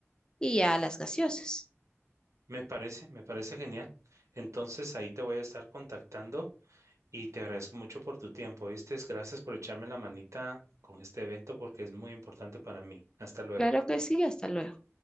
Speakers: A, on the left (about 15°); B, on the right (about 80°).
A: y ya las gaseosas.
B: me parece, me parece genial. Entonces ahí te voy a estar contactando y te agradezco mucho por tu tiempo, ¿viste? Gracias por echarme la manita con este evento porque es muy importante para mí. Hasta luego.
A: Claro que sí, hasta luego.